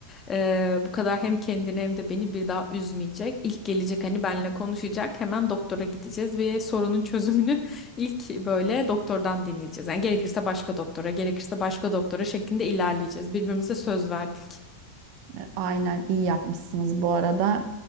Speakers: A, on the left; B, on the right.
A: Ee, bu kadar hem kendini hem de beni bir daha üzmeyecek. İlk gelecek hani benle konuşacak. Hemen doktora gideceğiz ve sorunun çözümünü <laughs> ilk böyle doktordan dinleyeceğiz. Yani gerekirse başka doktora, gerekirse başka doktora şeklinde ilerleyeceğiz. Birbirimize söz verdik.
B: E, Aynen iyi yapmışsınız bu arada.